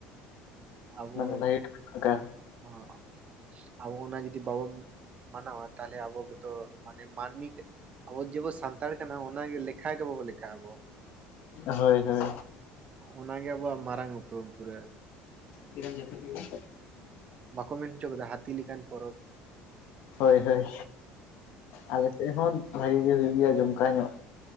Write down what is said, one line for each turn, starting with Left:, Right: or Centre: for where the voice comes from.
Right: ᱟᱵᱚ
Left: ᱢᱟᱱᱮ ᱵᱷᱟᱜᱮ ᱚᱱᱠᱟ
Right: ᱦᱚᱸᱜ ᱟᱵᱚ ᱚᱱᱟ ᱡᱩᱫᱤ ᱵᱟᱵᱚᱱ ᱢᱟᱱᱟᱣᱟ ᱛᱟᱞᱦᱮ ᱟᱵᱚ ᱜᱮᱛᱚ ᱢᱟᱱᱮ ᱢᱟᱱᱢᱤ ᱛᱮᱜ ᱟᱵᱚ ᱡᱮᱵᱚ ᱥᱟᱱᱛᱟᱲ ᱠᱟᱱᱟ ᱚᱱᱟᱜᱮ ᱞᱮᱠᱷᱟ ᱜᱮ ᱵᱟᱵᱚ ᱞᱮᱠᱷᱟᱜ-ᱟ ᱟᱵᱚ
Left: ᱦᱳᱭ ᱦᱳᱭ
Right: ᱚᱱᱟᱜᱮ ᱟᱵᱚᱣᱟᱜ ᱢᱟᱨᱟᱝ ᱩᱯᱨᱩᱢ ᱯᱩᱨᱟᱹ
Left: ᱛᱤᱨᱮᱢ ᱡᱟᱹᱯᱤᱫ ᱠᱮᱫᱟ
Right: ᱵᱟᱠᱚ ᱢᱮᱱ ᱦᱚᱪᱚ ᱠᱟᱫᱟ ᱦᱟᱹᱛᱤ ᱞᱮᱠᱟᱱ ᱯᱚᱨᱚᱵᱽ
Left: ᱦᱳᱭ ᱦᱳᱭ ᱟᱞᱮᱥᱮᱫ ᱦᱚᱸ ᱵᱷᱟᱜᱤ ᱜᱮ ᱦᱩᱭᱩᱜ ᱜᱮᱭᱟ ᱡᱚᱢᱠᱟᱣ ᱧᱚᱜ